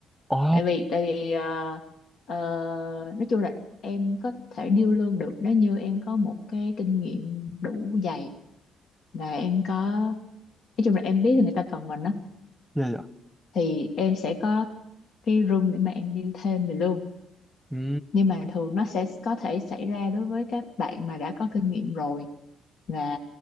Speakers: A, in the centre; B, on the left.
A: ồ
B: tại vì tại vì ờ, ờ, nói chung là em có thể điêu lương được nếu như em có một cái kinh nghiệm đủ dày và em có nói chung là em biết là người ta cần mình đó
A: dạ dạ
B: thì em sẽ có cái room để mà em build thêm về luôn
A: ừ.
B: nhưng mà thường nó sẽ có thể xảy ra đối với các bạn mà đã có kinh nghiệm rồi và